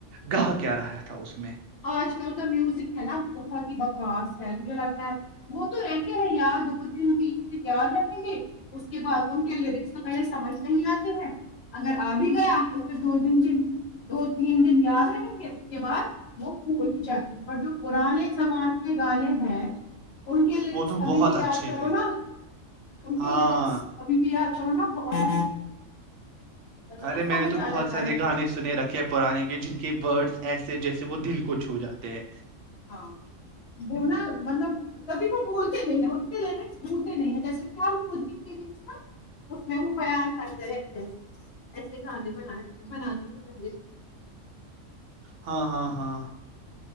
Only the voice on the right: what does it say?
گاہ کیا رہا تھا اس میں
وہ تو بہت
اچھے
تھے
ہاں
ارے
میں نے تو
بہت
سارے
گانے سنے رکھے پرانے کے جن کے ورڈس ایسے جیسے وہ دل کو چھو جاتے ہیں
ہاں ہاں ہاں